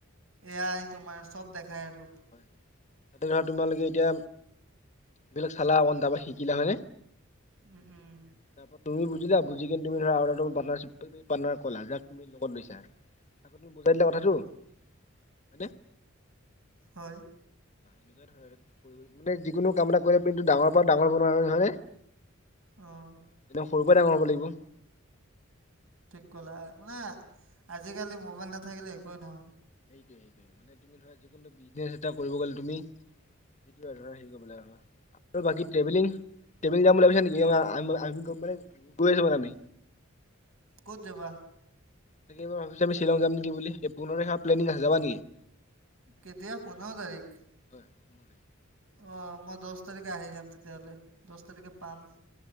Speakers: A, on the right; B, on the left.
A: এ আই তোমাৰ চব দেখায় আৰু
B: হয় তাতে ধৰা তোমালোকে এতিয়া এইবিলাক চালা অকণ তাৰ পৰা শিকিলা হয়নে
A: উম উম
B: তাৰপৰা তুমি বুজিলা বুজি কিনে তুমি ধৰা অ পাৰ্টনাচিপৰ পাৰ্ত্নাক কলা যাক তুমি লগত লৈ আপুনি বুজাই দিলা
A: উম
B: কথাটো হয়নে
A: হয়
B: নেুৱ ধ মানে যিকোনো কাম এটা কৰিব কন্তু ডাঙৰ পৰা ডাঙৰ বনোৱা হয় নে
A: অহঁ
B: একদম সৰুৰ পৰা ডাঙৰ হ'ব লাগিব।
A: ঠিক কলা মানে আজিকালি মোবাইল নাথাকিলে একোৱেই নহয়।
B: সেইটোয়ে সেইটোয়ে মানে তুমি ধৰা যিকোনো বিজনেছ এটা কৰিব গ'লে তুমি সেইটো আৰু ধৰা হেৰি কৰিব লাগ আৰু আৰু বাকী ট্ৰেভেলিং ট্ৰেভেলিং যাম বুলি ভাবিছা নেকি মানে গৈ আছো মানে আমি।
A: ক'ত যাবা?
B: তাকে এইবাৰ ভাবিছো আমি শ্বিলং যাম নেকি বুলি পোন্ধৰ তাৰিখে প্লেনিং আছে যাবা নেকি?
A: কেতিয়া পোন্ধৰ তাৰিখ
B: <unintelligible>
A: অ মই দহ তাৰিখে আহি যাম তেতিয়াহ'লে দহ তাৰিখে পাম